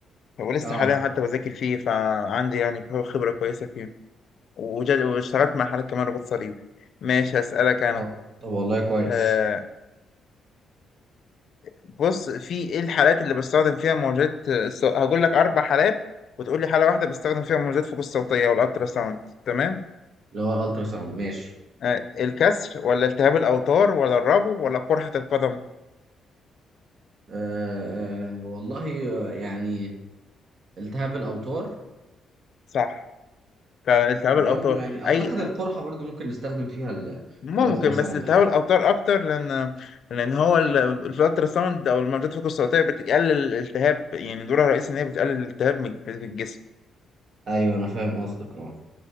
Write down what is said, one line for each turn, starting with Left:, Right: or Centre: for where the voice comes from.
Left: ولسه
Right: اه
Left: حاليا حتى بذاكر فيه فعندي يعني خبره كويسه فيه وجد- واشتغلت مع حالات كمان رباط صليبي ماشي هسألك انا
Right: طب طب والله كويس
Left: آه بص في ايه الحالات اللي بستخدم فيها موجات الصو- هقول لك اربع حالات وتقول لي حاله واحده بستخدم فيها موجات فوق الصوتيه والالترا ساوند تمام
Right: اللي هو الالترا ساوند ماشي
Left: آه، الكسر ولا التهاب الأوتار ولا الربو ولا قرحة القدم
Right: آه آه والله آه، يعني التهاب الاوتار
Left: صح فعلا التهاب
Right: وبرضه
Left: الأوتار
Right: يعني اعتقد
Left: أي
Right: القرحه برضه ممكن نستخدم فيها ال-
Left: ممكن
Right: الالترا ساوند
Left: بس التهاب
Right: عادي
Left: الأوتار أكتر لأن لأن هو ال- الالترا ساوند أو الموجات الفوق الصوتية بتقلل الالتهاب يعني دورها الرئيسي إن هي بتقلل الالتهاب من- في الجسم
Right: ايوه انا فاهم قصدك اه